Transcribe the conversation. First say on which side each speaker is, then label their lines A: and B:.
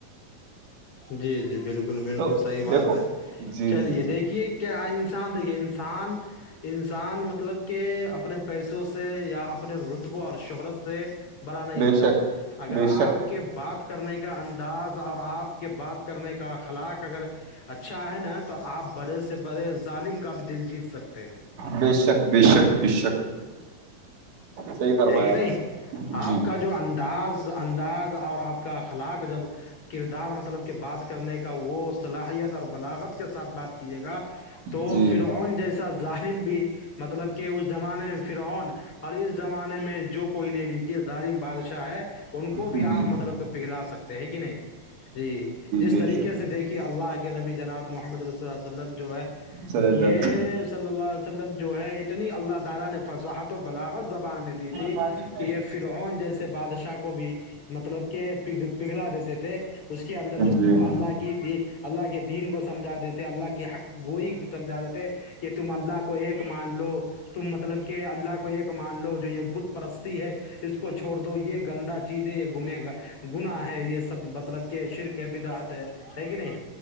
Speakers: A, on the left (about 40°); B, on the right (about 65°).
A: جی جی بلکل بلکل بلکل
B: تو
A: صحیح بات
B: دیکھو
A: ہے
B: جی
A: چلیے
B: جی
A: دیکھیے کیا انسان دیکھیے انسان انسان مطلب کہ اپنے پیسوں سے یا اپنے رتبے اور شہرت سے بڑا نہیں
B: بے
A: ہوتا
B: شک
A: ہے اگر
B: بے
A: آپ
B: شک
A: کے بات کرنے کا انداز اور آپ کے بات کرنے کا اخلاق اگر اچھا ہے نا تو آپ بڑے سے بڑے ظالم کا بھی دل جیت سکتے ہیں
B: بے شک بے شک بے شک صحیح فرمایا
A: ہے کہ
B: آپ
A: نہیں
B: نے
A: آپ
B: جی
A: کا جو انداز انداز اور آپ کا اخلاق جب کردار مطلب کہ بات کرنے کا وہ صلاحیت اور بلاغت کے ساتھ بات کیجیے گا تو
B: جی
A: فرعون جیسا ظالم بھی مطلب کہ اس زمانے میں فرعون اور اس زمانے میں جو کوئی لے لیجیے ظالم بادشاہ ہے ان کو بھی
B: جی
A: آپ مطلب کہ پلا سکتے ہیں کہ نہیں جی جس
B: بے
A: طریقے
B: شک
A: سے دیکھیے اللہ کے نبی جناب محمد صلی اللہ علیہ وسلمم جو ہے
B: صلی اللہ
A: یہ
B: علیہ
A: صلی اللہ علیہ وسلم وسلم جو ہے اتنی اللہ تعالی نے فصاحت و بلاغت زبان میں دی تھی
B: وسلم۔
A: کہ یہ فرعون جیسے بادشاہ کو بھی مطلب پگھلا دیتے تھے اس کے اندر جو
B: جی
A: اللہ کی اللہ کے دین کو سمجھا دیتے اللہ کے حق گوئی کو سمجھا دیتے کہ تم اللہ کو ایک مان لو تم مطلب کہ اللہ کو ایک مان لو جو یہ بت پرستی ہے اس کو چھوڑ دو یہ گندہ چیز ہے یہ گنہگار گنا ہے یہ سب مطلب کہ شرک ہے بدعت ہے ہے کہ نہیں